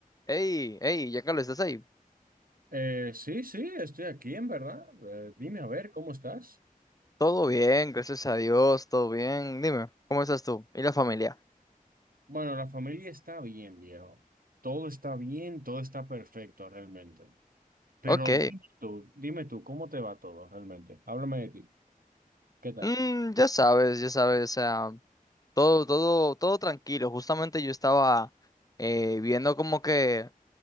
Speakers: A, on the left; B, on the right.
A: Hey, hey, ya Carlos, ¿estás ahí?
B: Eh, sí, sí, estoy aquí, en verdad. Eh, dime, a ver, ¿cómo estás?
A: Todo bien, gracias a Dios, todo bien. Dime, ¿cómo estás tú? ¿Y la familia?
B: Bueno, la familia está bien, viejo. Todo está bien, todo está perfecto realmente. Pero
A: Ok.
B: dime tú, dime tú, ¿cómo te va todo realmente? Háblame de ti. ¿Qué tal?
A: Mm, ya sabes, ya sabes, o sea, todo, todo, todo tranquilo. Justamente yo estaba eh, viendo como que